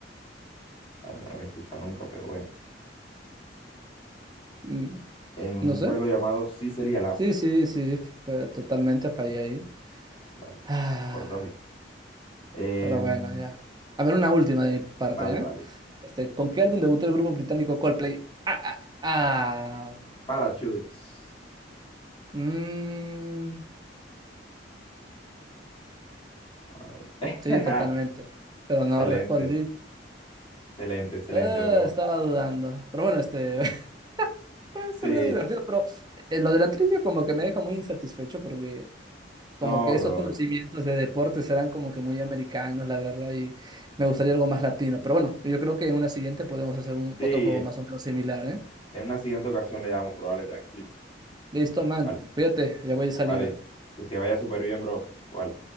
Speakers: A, on the left; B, on the right.
A: Vale, no lo había escuchado nunca, pero bueno.
B: Mm,
A: En un
B: No sé.
A: pueblo llamado Sicily, Alaska.
B: Sí, sí, sí. f- eh, Totalmente fallé ahí.
A: Vale,
B: Ah.
A: por lógica. Em,
B: Pero bueno, ya. A ver, una última de mi parte,
A: vale,
B: ¿ya?
A: vale.
B: Este, ¿con qué álbum debutó el grupo británico Coldplay? Ah, ah, ah.
A: Parachutes.
B: Mm,
A: A ver. <laughs>
B: sí, totalmente. Pero no
A: Excelente,
B: respondí.
A: excelente, excelente,
B: Eh,
A: bro.
B: estaba dudando. Pero bueno, este <laughs> fue,
A: Sí,
B: fue algo divertido. Pero eh, lo de la trivia como que me deja muy insatisfecho porque como
A: no,
B: que esos
A: bro.
B: conocimientos de deportes serán como que muy americanos, la verdad, y me gustaría algo más latino. Pero bueno, yo creo que en una siguiente podemos hacer un
A: Sí,
B: otro juego más o menos similar, ¿eh?
A: en una siguiente ocasión le damos, bro. Vale, tranquilo.
B: Listo, man,
A: Vale,
B: cuídate, ya voy de salida.
A: vale. Que te vaya súper bien, bro. Vale.